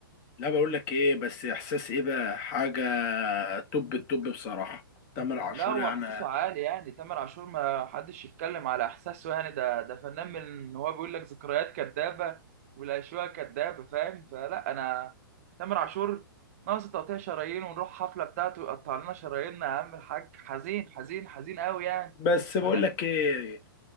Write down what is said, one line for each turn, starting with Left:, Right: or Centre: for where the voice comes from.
Left: لا بقول لك ايه بس احساس ايه بقى حاجه توب التوب بصراحه تامر عاشور
Right: لا هو
Left: يعني
Right: احساسه عالي يعني تامر عاشور ما حدش يتكلم على احساسه يعني ده ده فنان من إن هو بيقول لك ذكريات كدابه والاشواق كدابه فاهم فلا انا تامر عاشور ناقص تقطيع شرايين ونروح حفله بتاعته يقطع لنا شراييننا يا عم الحاج حزين حزين حزين قوي يعني
Left: بس
Right: بس فنان
Left: بقول لك ايه